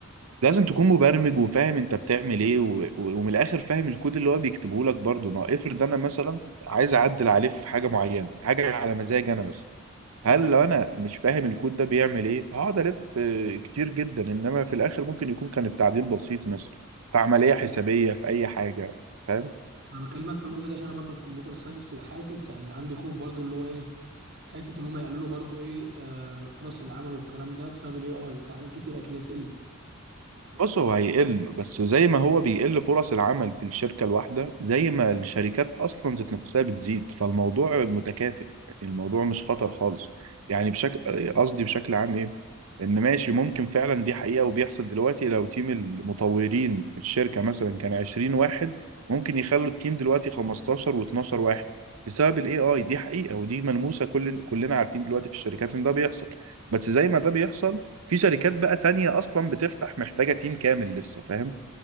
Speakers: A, on the right; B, on the right.
A: لازم تكون مبرمج وفاهم انت بتعمل ايه و... و... ومن الاخر فاهم الكود اللي هو بيكتبه لك برضه ما هو افرض انا مثلا عايز اعدل عليه في حاجه معينه حاجه على مزاجي انا مثلا هل
B: م.
A: لو انا مش فاهم الكود ده بيعمل ايه هقعد الف آه، كتير جدا انما في الاخر ممكن يكون كان التعديل بسيط مثلا في عمليه حسابيه في اي حاجه فاهم
B: انا بكلمك في النقطة دي عشان انا برضو في كمبيوتر ساينس وحاسس يعني عندي خوف برضو اللي هو ايه حتة اللي هم يقللوا برضو ايه آه فرص العمل والكلام ده بسبب الاي اي في حاجات كتير اكيد هتقل
A: بص هو هيقل بس زي ما هو بيقل فرص العمل في الشركة الواحدة زي ما الشركات أصلا ذات نفسها بتزيد فالموضوع متكافئ يعني الموضوع مش خطر خالص يعني بشكل قصدي بشكل عام إيه إن ماشي ممكن فعلا دي حقيقة وبيحصل دلوقتي لو تيم المطورين في الشركة مثلا كان 20 واحد ممكن يخلوا التيم دلوقتي 15 و12 واحد بسبب الاي اي دي حقيقة ودي ملموسة كل كلنا عارفين دلوقتي في الشركات ان ده بيحصل بس زي ما ده بيحصل في شركات بقى تانية أصلا بتفتح محتاجة تيم كامل لسه فاهم